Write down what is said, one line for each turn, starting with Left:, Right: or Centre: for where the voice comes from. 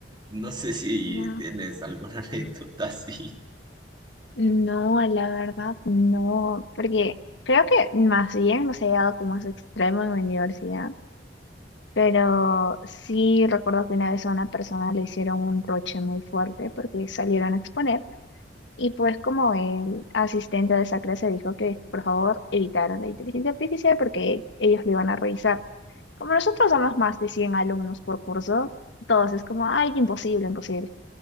Right: No sé si
Left: No,
Right: tienes alguna <laughs> anécdota así.
Left: no, la verdad no, porque creo que más bien no se ha llegado como a ese extremo en mi universidad, pero sí recuerdo que una vez a una persona le hicieron un roche muy fuerte porque salieron a exponer. Y pues como el asistente de esa clase dijo que por favor evitaran la inteligencia artificial porque ellos lo iban a revisar. Como nosotros somos más de 100 alumnos por curso, todos es como, ay, imposible, imposible.